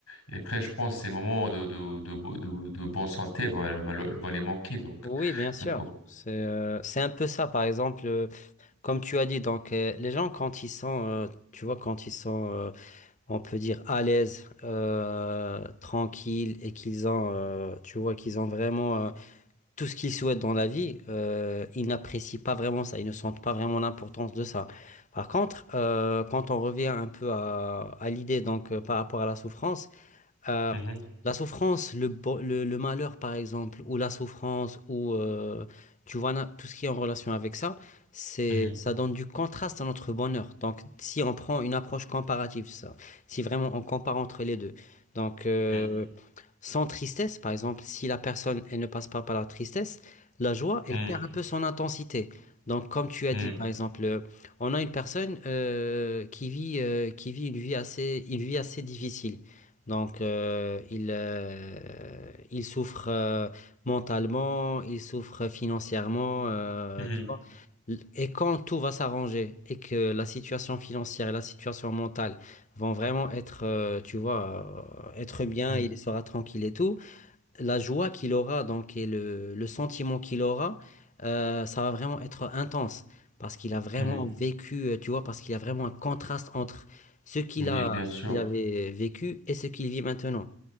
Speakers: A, on the left; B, on the left.
A: et après, je pense que ces moments de, de, de, de, de, de bonne santé vont, vont, vont les manquer. Donc,
B: Oui, bien sûr.
A: donc, oh.
B: C'est euh, c'est un peu ça, par exemple, euh, comme tu as dit, donc euh, les gens quand ils sont, euh, tu vois, quand ils sont, euh, on peut dire, à l'aise, euh, tranquilles et qu'ils ont, euh, tu vois, qu'ils ont vraiment euh, tout ce qu'ils souhaitent dans la vie, euh, ils n'apprécient pas vraiment ça, ils ne sentent pas vraiment l'importance de ça. Par contre, euh, quand on revient un peu à, à l'idée donc euh, par rapport à la souffrance, euh,
A: Mhm.
B: la souffrance, le, bo- le, le malheur par exemple, ou la souffrance, ou euh, tu vois na- tout ce qui est en relation avec ça, c'est
A: Mhm,
B: ça donne du contraste à notre bonheur. Donc si on prend une approche comparative, ça, si vraiment on compare entre les deux, donc euh,
A: mhm,
B: sans tristesse, par exemple, si la personne, elle ne passe pas par la tristesse, la joie, elle
A: mhm,
B: perd un peu son intensité. Donc, comme tu as
A: mhm,
B: dit, par exemple, euh, on a une personne euh, qui vit, euh, qui vit une vie assez, une vie assez difficile. Donc, euh, il, euh, il souffre euh, mentalement, il souffre financièrement, euh,
A: mhm,
B: tu vois. Et quand tout va s'arranger et que la situation financière et la situation mentale vont vraiment être, euh, tu vois, euh, être bien,
A: mhm,
B: il sera tranquille et tout. La joie qu'il aura, donc, et le, le sentiment qu'il aura, euh, ça va vraiment être intense. Parce qu'il a vraiment
A: mhm.
B: vécu, euh, tu vois, parce qu'il y a vraiment un contraste entre ce qu'il
A: Oui,
B: a,
A: bien sûr,
B: ce qu'il avait vécu et ce qu'il vit maintenant.